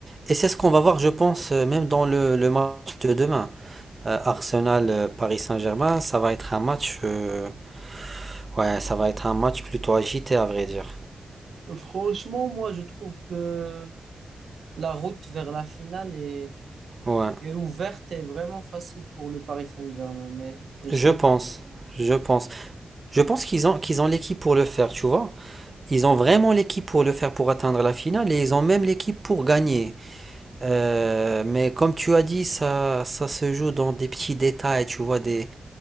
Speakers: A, on the right; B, on the right.
A: Et c'est ce qu'on va voir, je pense, euh, même dans le, le match de demain. Euh, Arsenal-Paris Saint-Germain, ça va être un match, euh, ouais, ça va être un match plutôt agité, à vrai dire.
B: franchement, moi, je trouve que la route vers la finale est
A: Ouais,
B: Et ouverte est vraiment facile pour le Paris Saint-Germain, mais, mais je
A: je
B: sais
A: pense,
B: pas.
A: je pense. Je pense qu'ils ont, qu'ils ont l'équipe pour le faire, tu vois. Ils ont vraiment l'équipe pour le faire, pour atteindre la finale, et ils ont même l'équipe pour gagner. Euh, mais comme tu as dit, ça, ça se joue dans des petits détails, tu vois, des,